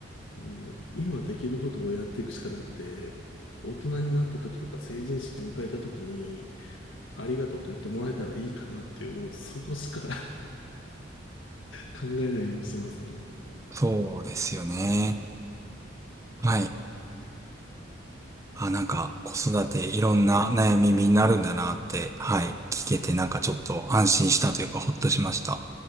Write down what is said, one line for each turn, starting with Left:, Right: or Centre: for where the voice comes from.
Left: もう今できることをやっていくしかなくて、大人になった時とか成人式迎えた時に、ありがとうと言ってもらえたらいいかなっていう、もうそこしか <laughs> 考えないようにしてますね。
Right: そうですよね。はい。あ、なんか、子育ていろんな悩みになるんだなって、はい、聞けて、なんかちょっと安心したというか、ほっとしました。